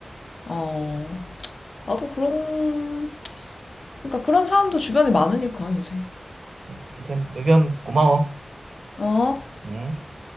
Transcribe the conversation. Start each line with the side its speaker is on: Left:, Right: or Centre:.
Left: 어, 나도 그런, 그러니까 그런 사람도 주변에 많으니까, 요새.
Right: 그래. 하여튼 의견 고마워.
Left: 어,
Right: 응?